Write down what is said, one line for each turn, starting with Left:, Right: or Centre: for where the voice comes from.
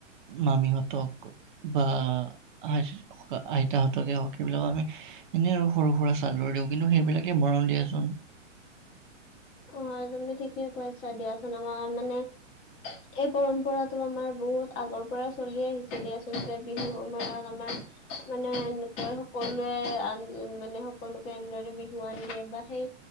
Right: মামিহঁতক বা আ-আইতাহঁতকে হওক এইবিলাকক আমি এনে আৰু সৰু-সুৰা চাদৰ দিওঁ, কিন্তু সেইবিলাকে মৰম দিয়াচোন।
Left: অ তুমি ঠিকে কৈছা দিয়াচোন, আমাৰ মানে এই পৰম্পৰা ত' আমাৰ বহুত আগৰ পৰা চলি আহিছে দিয়াচোন বিহু সময়ত আমাৰ মানে এনেকৈ সকলোৱে আন মানে সকলোকে এনেদৰে বিহুৱান দিয়ে বা সেই